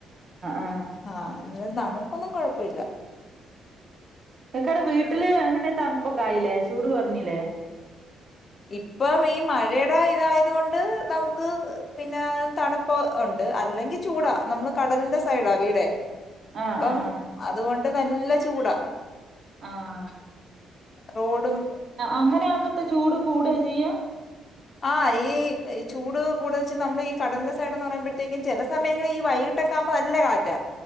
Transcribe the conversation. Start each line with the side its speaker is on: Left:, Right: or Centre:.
Right: ആഹ്
Left: ആഹ അല്ല തണുപ്പൊന്നും കൊഴപ്പ ഇില്ല
Right: എക്കട വീട്ടില് അങ്ങനെ തണുപ്പൊക്കെ ആായില്ലേ ചൂട് പറഞ്ഞില്ലേ
Left: ഇപ്പം ഈ മഴയുടെ ഇതായത കൊണ്ട് നമുക്ക് പിന്നെ തണുപ്പ് ഉണ്ട് അല്ലെങ്കിൽ ചൂടാ നമ്മള് കടലിന്റെ സൈഡാ വീടെ
Right: ആഹ്
Left: അപ്പം
Right: ആഹ്
Left: അതുകൊണ്ട് നല്ല ചൂടാ
Right: ആഹ
Left: റോഡും
Right: അങ്ങനെ ആകുമ്പ ഇത്ത ചൂട് കൂടാ ചെയ്യ്യ
Left: ആഹ ഈ ഈ ചൂട് കൂടുതെ നമ്മള് ഈ കടലിന്റെ സൈഡ എന്ന് പറയുമ്പോഴത്തേക്കും ചില സമയങ്ങളിൽ ഈ വൈകിട്ടൊക്ക ആകുമ്പോ നല്ല കാറ്റാ